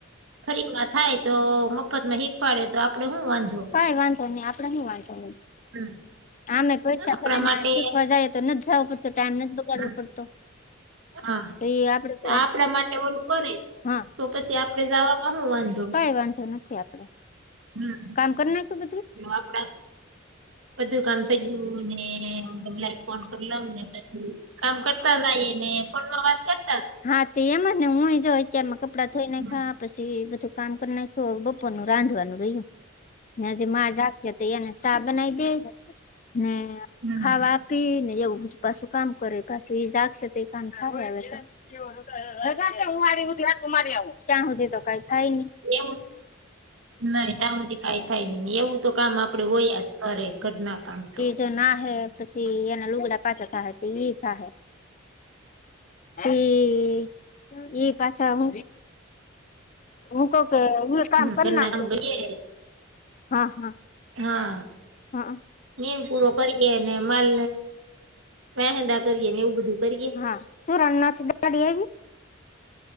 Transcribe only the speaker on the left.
કઈ વાંધો નહી આપડે શું વાંચવા
આમે પરીક્ષા
કરીને
શીખવા જાય. તો નથી જવો પડતો ટાઈમ નથી. ગાડવો
પડતો
એ આપડે
હા
કઈ વાંધો નથી આપડે.
કામ કરી નાખ્યું બધું?
<inaudible>
હા તો એમ ને હુંય જોઉ અત્યારમાં કપડા થોઈ ને
ખા પછી બધું કામ કર ના બપોરનુંું રાંધવાનું રહ્યું જે માં જખી તો એને સા બનાઈ દે ને
ખાવા પી ને એવુંું પાછું કામ કરે પાછું એ જાગશે તો કામ ખા હું આતો મારી આવ ક્યાં સુજ તો કઈ થાય નઈ.
જેના હૈ. એના લુગડા પાછ થા થા. એ એ પાછ હ. હું કકે હું કામ
કરી
નાખ
હા હા.
હા
હા શું રણના છે દાડી એવી